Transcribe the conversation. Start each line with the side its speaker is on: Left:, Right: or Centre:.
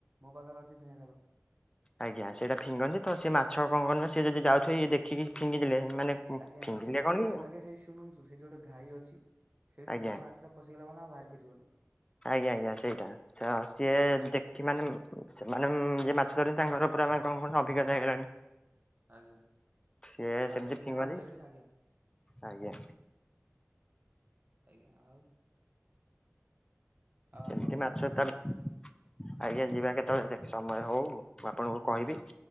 Right: ମୋ ପାଖରେ ଅଛି ଫିଙ୍ଗା ଜାଲ।
Left: ଆଜ୍ଞା ସେଇଟା ଫିଙ୍ଗନ୍ତି। ତ ସେଇ ମାଛ କଣ କର ସେ ଯଦି ଯାଉଥିବେ ଦେଖିକି ଫିଙ୍ଗି ଦେଲେ ମାନେ
Right: ଆଜ୍ଞା
Left: ଫିଙ୍ଗିଲେ
Right: ସେଇଠି
Left: କଣ
Right: ସେଠି
Left: କି
Right: ଗୋଟେ ଆଜ୍ଞା ସେଠି ଶୁଣୁନ୍ତୁ ସେଇଠି ଗୋଟେ ଘାଇ ଅଛି। ସେଇଠି
Left: ଆଜ୍ଞା
Right: ଥରେ ମାଛଟା ପଶିଗଲା ମାନେ ଆଉ ବାହାରି ପାରିବନି।
Left: ଆଜ୍ଞା ଆଜ୍ଞା ସେଇଟା ସ ସିଏ
Right: ଆଜ୍ଞା ହଁ
Left: ଦେ ଖି ମାନେ ସେମାନେ ଯିଏ ମାଛ ଧରିନ୍ତି ତାଙ୍କର ପୁରା ମାନେ କଣ କହିଲ ପୁରା ମାନେ ଅଭିଜ୍ଞତା ହେଇଗଲାଣି।
Right: ଆଜ୍ଞା
Left: ସିଏ
Right: ଜାଲେ
Left: ସେମିତି
Right: ଢେରେ
Left: ଫିଙ୍ଗନ୍ତି
Right: ମାଛ ଧରିଲେଣି ଆଜ୍ଞା।
Left: ଆଜ୍ଞା।
Right: ଆଜ୍ଞା ଆଉ। ଆଉ
Left: ସେମତି
Right: ଆପଣ କେବେ
Left: ମାଛ
Right: ଆସନ୍ତୁ
Left: ତା ହେଲେ ଆଜ୍ଞା ଯିବା କେତେବେଳେ ଦେଖ ସମୟ ହଉ ମୁଁ ଆପଣଙ୍କୁ କହିବି।